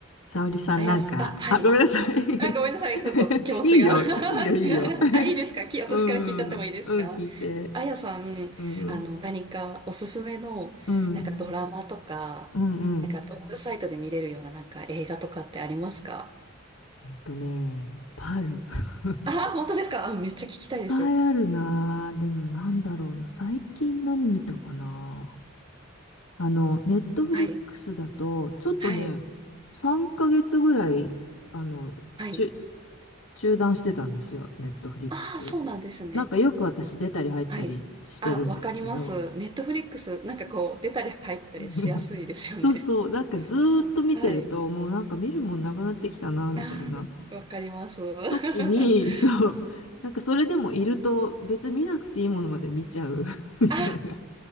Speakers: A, on the left; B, on the right.
A: 沙織さんなんか、
B: あやす、あ、はい。
A: あ、ごめんなさい。
B: あ、ごめんなさい。ちょっと気持ちが。
A: <laughs> いいよ、
B: <laughs>
A: いいよ、いいよ。<laughs>
B: あ、いいですかき、私から聞いちゃってもいいですか
A: うん、うん、聞いて。
B: あやさん、
A: うん、
B: あの、何かおすすめの、
A: うん、
B: なんかドラマとか、
A: うん、うん。
B: なんか動画サイトで見れるような、なんか映画とかってありますか
A: えっとね、いっぱいある。<laughs> いっ
B: あ、本当ですかあ、めっちゃ聞きたいです。
A: ぱいあるなぁ。でもなんだろうな。最近何見たかな。あの、ネットフリックスだと、
B: はい。
A: ちょっとね、
B: はい。
A: 3ヶ月ぐらい、あの、
B: はい。
A: ちゅ、中断してたんですよ。ネットフリックス。
B: ああ、そうなんですね。
A: なんかよく私出たり入ったりしてるんですけど、
B: はい。あ、わかります。ネットフリックス、なんかこう、出たり入ったりしやすいですよね。
A: <laughs> そうそう、なんかずーっと見てると、
B: <laughs> はい。
A: もうなんか見るもんなくなってきたな、
B: <laughs>
A: みたいな
B: あー、わかります。<laughs>
A: 時に、そう、なんかそれでもいると別に見なくていいものまで見ちゃう <laughs> みたいな。
B: あ、